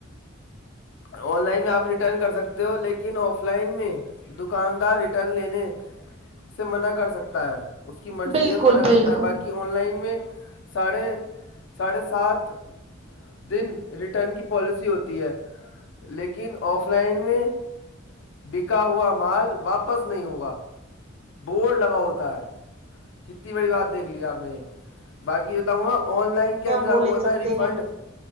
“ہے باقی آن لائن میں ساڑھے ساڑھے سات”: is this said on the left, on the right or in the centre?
Left